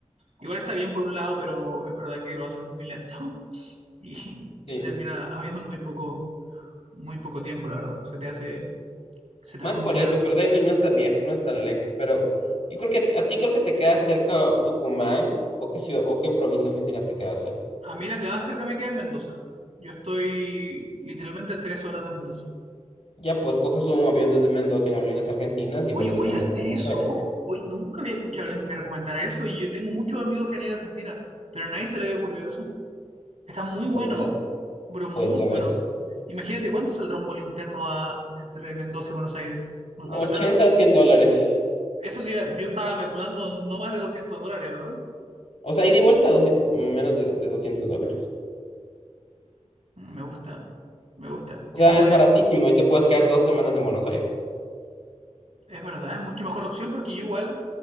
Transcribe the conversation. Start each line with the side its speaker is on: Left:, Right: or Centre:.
Right: Igual está bien por un lado, pero es verdad que lo hacen muy lento. y
Left: Sí,
Right: te termina habiendo muy poco, muy poco tiempo, la verdad. Se te hace, se te
Left: más
Right: hace muy
Left: por
Right: largo.
Left: eso, pero de ahí no es tan viejo, no es tan lejos. Pero yo creo que a ti creo que te queda cerca Tucumán o qué ciudad o qué provincia argentina te queda cerca.
Right: A mí la que más cerca me queda es Mendoza. Yo estoy literalmente a tres horas de Mendoza.
Left: Ya pues coges un avión desde Mendoza en Aerolíneas Argentinas y
Right: Oye,
Left: vuelas
Right: voy
Left: de Mendoza
Right: a hacer
Left: a Buenos
Right: eso.
Left: Aires.
Right: Oye, nunca había escuchado a alguien que me recomendara eso y yo tengo muchos amigos que han ido a Argentina, pero a nadie se le había ocurrido eso. Está muy bueno,
Left: Pues ya,
Right: bro, muy
Left: pues ya
Right: bueno.
Left: ves.
Right: Imagínate cuánto saldrá un vuelo interno a, entre Mendoza y Buenos Aires. No creo
Left: 80
Right: que salga más.
Left: a 100 dólares.
Right: Eso ya, yo estaba calculando no más de 200 dólares, ¿verdad?
Left: O sea, ida y vuelta, 200 menos de, de 200 dólares.
Right: Mm, Me gusta, me gusta.
Left: O
Right: Quizás
Left: sea,
Right: podría,
Left: es baratísimo y te puedes quedar dos semanas en Buenos Aires.
Right: es verdad, es mucho mejor opción porque yo igual